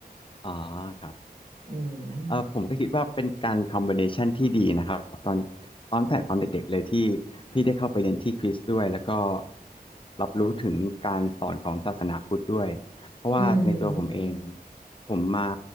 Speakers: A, on the left (about 30°); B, on the right (about 45°).
A: อ๋อครับ
B: อืม
A: เออผมก็คิดว่าเป็นการคอมบิเนชันที่ดีนะครับตอนตอนแต่ตอนเด็กๆเลยที่พี่ได้เข้าไปเรียนที่คริสต์ด้วยแล้วก็รับรู้ถึงการสอนของศาสนาพุทธด้วยเพราะว่าในตัวผมเอง
B: อืม
A: ผมมา